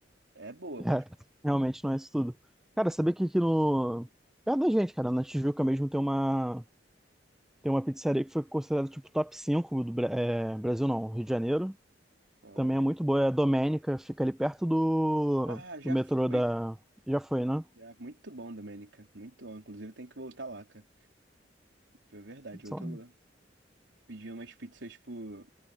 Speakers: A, on the right; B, in the centre.
A: É boa,
B: É,
A: mas.
B: realmente não é isso tudo. Cara, sabia que aqui no. Perto da gente, cara, na Tijuca mesmo tem uma, tem uma pizzaria que foi considerada tipo top 5 do Bra- é, Brasil, não, Rio de Janeiro.
A: Olha.
B: Também é muito boa, é a Domênica, fica ali perto do,
A: Ah, já
B: do metrô
A: fui.
B: da. Já foi, né?
A: Já, muito bom, Domênica. Muito bom. Inclusive, tem que voltar lá, cara. É verdade,
B: Sei
A: outro
B: lá.
A: lugar. Pedi umas pizzas, tipo,